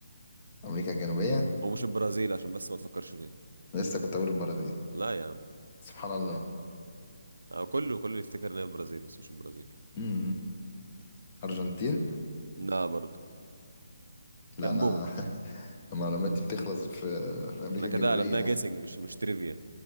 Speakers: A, on the left; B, on the right.
A: امريكا الجنوبية
B: ومش البرازيل عشان بس ما تفكرش فيها
A: لسه كنت اقول البرازيل
B: لا يا عم
A: سبحان الله
B: آه كله كله يفتكر ان هي البرازيل بس مش البرازيل
A: امم ارجنتين
B: لا برضه
A: لا
B: جنبهم
A: انا <laughs> معلوماتي بتخلص في في
B: احنا
A: امريكا الجنوبية
B: كده قلبناها
A: يعني
B: جيسنج مش مش تريفيا